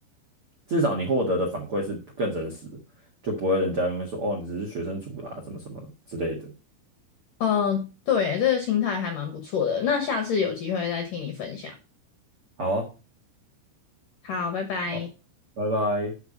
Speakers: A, on the right (about 65°); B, on the left (about 75°).
A: 至少你获得的反馈是更真实的，就不会人家因为说哦你只是学生组啦、什么什么之类的。
B: 嗯，对，这个心态还蛮不错的。那下次有机会再听你分享。
A: 好啊，
B: 好，拜拜。
A: 好，拜拜。